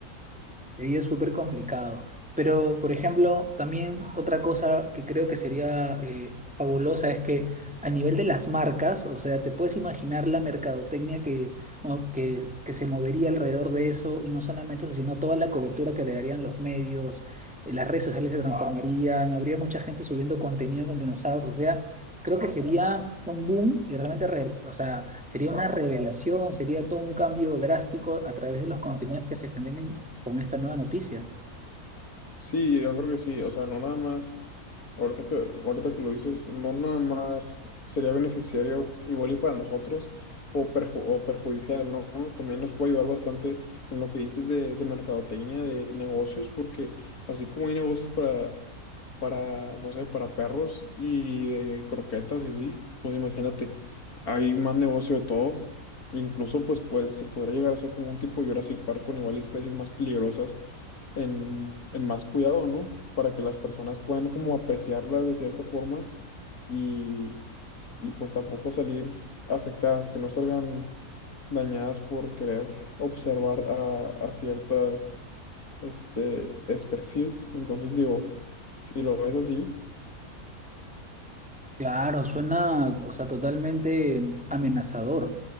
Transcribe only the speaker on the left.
Sí, yo creo que sí, o sea, no nada más, ahorita que, ahorita que lo dices, no nada más sería beneficiario igual y para nosotros o, perju- o perjudicial, ¿no? También nos puede ayudar bastante en lo que dices de, de mercadotecnia, de negocios, porque así como hay negocios para, para, no sé, para perros y de croquetas y así, pues imagínate, hay más negocio de todo, incluso pues, pues se podría llegar a ser como un tipo Jurassic Park con igual y especies más peligrosas en, en más cuidado, ¿no? Para que las personas puedan como apreciarlas de cierta forma y, y pues tampoco salir afectadas, que no salgan dañadas por querer observar a, a ciertas este, especies. Entonces digo, si lo ves así,